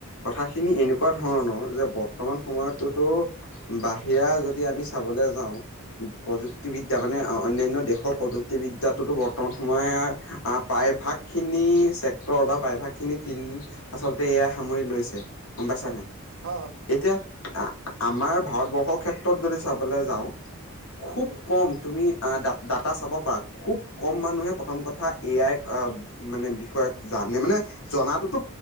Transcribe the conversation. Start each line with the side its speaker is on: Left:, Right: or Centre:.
Left: কথাখিনি এনেকুৱা ধৰণৰ যে বৰ্তমান সময়তোতো। বাহিৰা যদি আমি চাবলৈ যাওঁ প্ৰযু ক্তি বিদ্যা মানে অন্যান্য দেশৰ প্ৰযুক্তি বিদ্যাটোতো বৰ্তমান সময়ে প্ৰায়ভাগ। খিনি চেক্টৰ বা প্ৰায়ভাগ খিনি ফিল্ড আচলতে এ আই সামৰি লৈছে। গম পাইছা
Right: হয়
Left: নাই।
Right: হয় হয়
Left: এতিয়া আমাৰ ভাৰতবৰ্ষৰ ক্ষেত্ৰত যদি চাবলৈ যাওঁ খুব
Right: উম
Left: কম তুমি ডা ডাটা চাব পাৰা খুব কম মানুহে প্ৰথম কথা এ আই আহ। মানে বিষয়াক জানে মানে। জনাটোতো